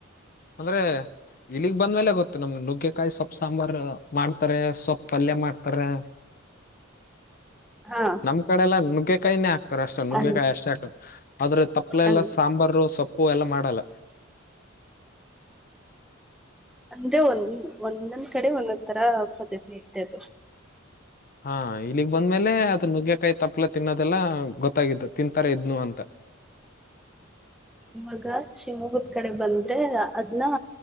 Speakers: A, on the left; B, in the centre.
A: ಅಂದ್ರೆ. ಇಲ್ಲಿಗ್ ಬಂದ್ಮೇಲೆ ಗೊತ್ತು ನಮಗ್ ನುಗ್ಗೆಕಾಯಿ ಸೊಪ್ಪು ಸಾಂಬಾರ್ ಮಾಡ್ತಾರೆ ಸೊಪ್ಪು ಪಲ್ಯ ಮಾಡ್ತಾರೆ.
B: ಹಾ
A: ನಮ್ ಕಡೆಲ್ಲಾ ನುಗ್ಗೆಕಾಯಿನೆ ಹಕ್ ತ್ತಾರೆ ಅಷ್ಟೇ ನುಗ್ಗೆಕಾಯಿ
B: ಅನ್
A: ಅಷ್ಟೇ ಹಾಕೋದು ಆದ್ರೆ ತಪ್ಪಲೆ
B: ಅನ್
A: ಎಲ್ಲಾ ಸಾಂಬಾರು ಸೊಪ್ಪ್. ಪ್ಪು ಎಲ್ಲಾ ಮಾಡಲ್ಲ.
B: ಅಂದೆ ಒಂದ ಒಂದೊಂದ್ ಕಡೆ ಒಂದೊಂದ್ ತರ ಪದ್ಧತಿ ಇ್ದದು.
A: ಹಾ ಇಲ್ಲಿಗ್ ಬಂದ್ಮೇಲೆ ಅದನ್ನ ನುಗ್ಗೆಕಾಯ್ತ. ತಪ್ಲ ತಿನ್ನೋದೆಲ್ಲ ಗೊತ್ತಾಗಿದ್ದು ತಿಂತಾರೆ ಇದ್ನು ಅಂತ.
B: ಇವಾಗ ಶಿವಮೊಹೂರ್ತ್. ಕಡೆ ಬಂದ್ರೆ ಅದನ್ನ